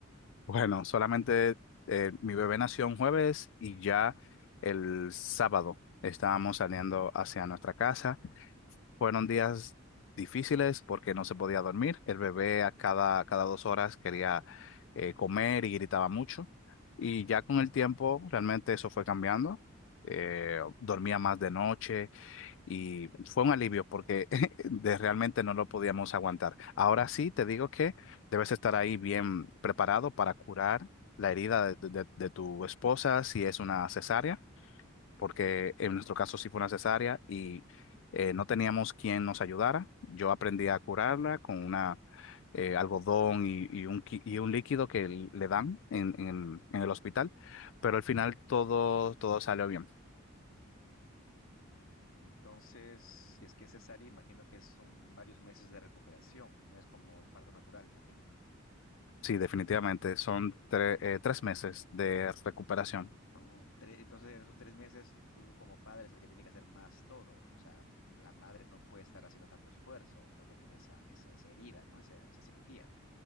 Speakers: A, on the left; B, on the left.
A: Bueno, solamente eh, mi bebé nació un jueves y ya el sábado estábamos saliendo hacia nuestra casa. Fueron días difíciles porque no se podía dormir. El bebé a cada, cada dos horas quería eh, comer y gritaba mucho. Y ya con el tiempo realmente eso fue cambiando. Eh, dormía más de noche y fue un alivio porque <laughs> de- realmente no lo podíamos aguantar. Ahora sí, te digo que debes estar ahí bien preparado para curar la herida de de- de- de tu esposa si es una cesárea porque en nuestro caso sí fue una cesárea y eh, no teníamos quien nos ayudara. Yo aprendí a curarla con una eh, algodón y, y un, qui- y un líquido que l- le dan en, en- en el hospital, pero al final todo, todo salió bien.
B: Mm, Entonces, si es que es cesárea, imagino que son varios meses de recuperación, no es como el parto natural, imagino.
A: Sí, definitivamente, son tre- eh, tres meses de recuperación.
B: Oh, tre- entonces, en esos tres meses, tú como padre es el que tiene que hacer más todo. O sea, la madre no puede estar haciendo tanto esfuerzo porque tiene esa, esa, esa herida, ¿no? Esa, esa cirugía.